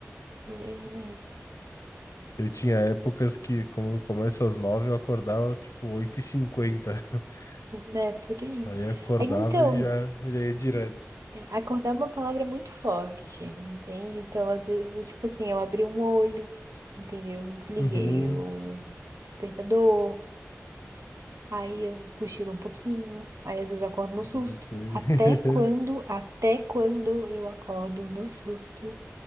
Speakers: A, on the right (about 75°); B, on the left (about 80°).
A: por aí mesmo.
B: Eu tinha épocas que, como eu começo às nove, eu acordava tipo oito e cinquenta. <laughs>
A: Né, por aí.
B: Aí acordava
A: É, Então,
B: e já, já ia direto.
A: é, acordar é uma palavra muito forte, entende? Então, às vezes, é tipo assim, eu abri um olho, entendeu? Desliguei
B: Uhum,
A: o despertador, aí eu cochilo um pouquinho, aí às vezes eu acordo no susto.
B: eu sei.
A: Até
B: <laughs>
A: quando, até quando eu acordo no susto?